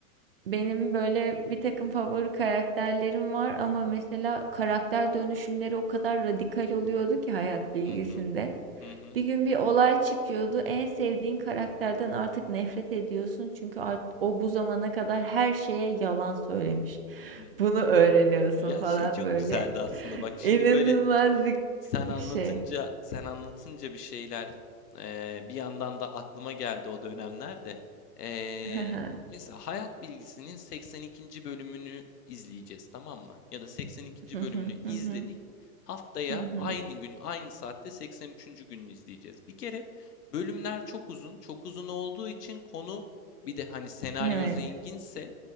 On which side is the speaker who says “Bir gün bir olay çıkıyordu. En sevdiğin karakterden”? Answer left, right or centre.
Right